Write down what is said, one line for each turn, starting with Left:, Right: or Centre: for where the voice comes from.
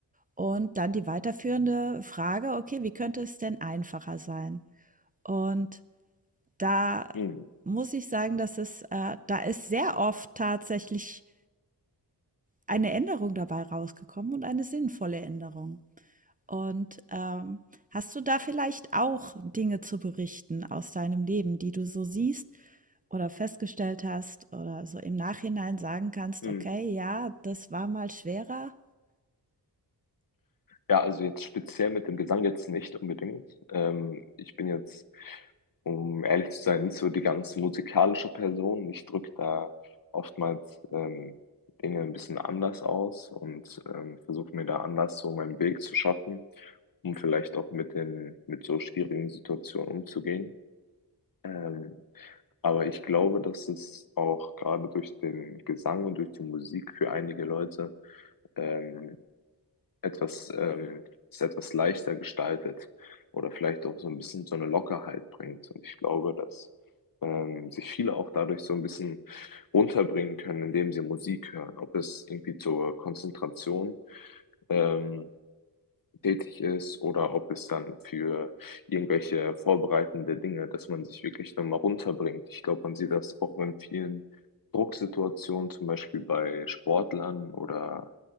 Right: Und dann die weiterführende Frage: „Okay, wie könnte es denn einfacher sein?“ Und da
Left: Hm,
Right: muss ich sagen, dass es äh, da ist sehr oft tatsächlich eine Änderung dabei rausgekommen und eine sinnvolle Änderung. Und, ähm, hast du da vielleicht auch Dinge zu berichten aus deinem Leben, die du so siehst oder festgestellt hast oder so im Nachhinein sagen kannst:
Left: hm.
Right: „Okay, ja, das war mal schwerer?“
Left: Ja, also jetzt speziell mit dem Gesang jetzt nicht unbedingt. Ähm, ich bin jetzt, um ehrlich zu sein, nicht so die ganz musikalische Person. Ich drücke da oftmals ähm, Dinge ein bisschen anders aus und ähm, versuche mir da anders so meinen Weg zu schaffen, um vielleicht auch mit den, mit so schwierigen Situationen umzugehen. Ähm, aber ich glaube, dass es auch gerade durch den Gesang und durch die Musik für einige Leute ähm, etwas, ähm, es etwas leichter gestaltet oder vielleicht auch so ein bisschen so eine Lockerheit bringt. Und ich glaube, dass ähm, sich viele auch dadurch so ein bisschen runterbringen können, indem sie Musik hören, ob es irgendwie zur Konzentration ähm, tätig ist oder ob es dann für irgendwelche vorbereitende Dinge, dass man sich wirklich nochmal runterbringt. Ich glaube, man sieht das auch in vielen Drucksituationen, zum Beispiel bei Sportlern oder